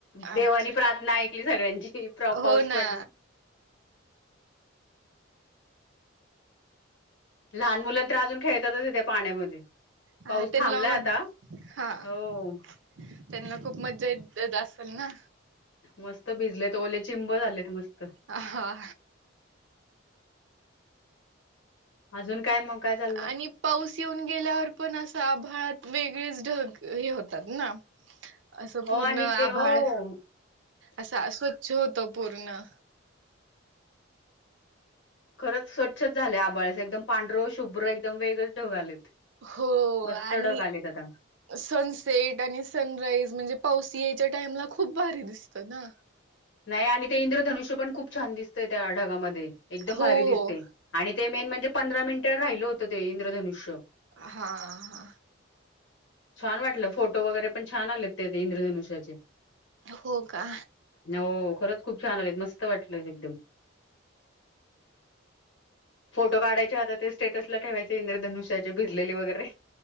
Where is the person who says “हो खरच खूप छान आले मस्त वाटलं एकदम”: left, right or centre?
Left